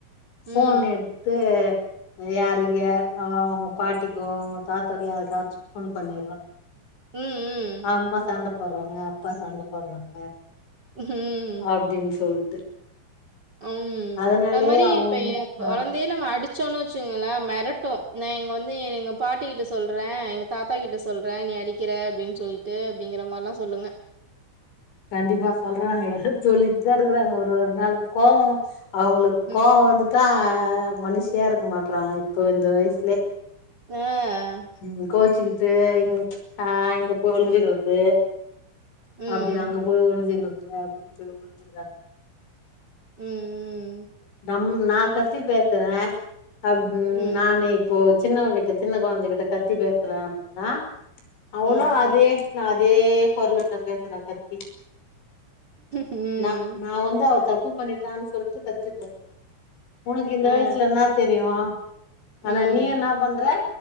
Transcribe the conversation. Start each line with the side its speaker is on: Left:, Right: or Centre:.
Left: போன்
Right: ம்.
Left: எடுத்து யாருக்கு அவங்க பாட்டிக்கும் அவங்க தாத்தாக்கும் யாருக்காச்சும் போன் பண்ணிடுறா
Right: ம், ம்.
Left: அம்மா சண்டை போட்றாங்க அப்பா சண்டை போட்றாங்க
Right: உம்
Left: அப்டின்னு சொல்ட்டு
Right: ம்
Left: அதனாலயே
Right: அது மாதிரி
Left: அவங்க
Right: இப்ப
Left: ஆ
Right: கொழந்தையே நம் அடிச்சோன்னு வச்சுக்கோங்களேன் மெரட்டும் நான் எங்க வந்து நீங்க பாட்டிக்கிட்ட சொல்றேன் சொல்றேன் எங்க தாத்தா கிட்ட சொல்றேன் நீ அடிக்கிற அப்டின்னு சொல்லிட்டு அப்டிங்கிற மாறிலாம் சொல்லுங்க
Left: கண்டிப்பா சொல்றாங்க சொல்லிட்டு தான் இருக்கறாங்க ஒரு ஒரு நாளும் கோவம் அவங்களுக்கு
Right: ம்.
Left: கோவம் வந்துட்டா மனுஷியா இருக்க மாட்டறாங்க இப்போ இந்த வயசுலயே
Right: ஆஹ்
Left: ம், கோச்சிக்கிட்டு இங் ஆ இங்க போய் ஒழிஞ்சிக்கிறது
Right: ம்.
Left: அப்டி அங்க போய் ஒழிஞ்சிக்கிறது அப்டின்னு போய் ஒழிஞ்சிக்கிறாங்க
Right: ம், ம்
Left: நம் நா கத்தி பேசுறே அப்
Right: ம். ம்.
Left: நானே இப்போ சின்னவ கிட்ட சின்ன கொழந்தைகிட்ட கத்தி பேசுற அப்டின்னா அவளு
Right: ம்.
Left: அதே ல்ல அதே குரலுல பேசுறா கத்தி
Right: ம்
Left: நா நா வந்து அவ தப் பு பண்ணிட்டான்னு சொல்ட்டு கத்தி பேசுற உனக்கு இந்த
Right: ஆ.
Left: வயசுல என்னா தெரியு
Right: ம்.
Left: ஆனா நீ என்னா பண்ற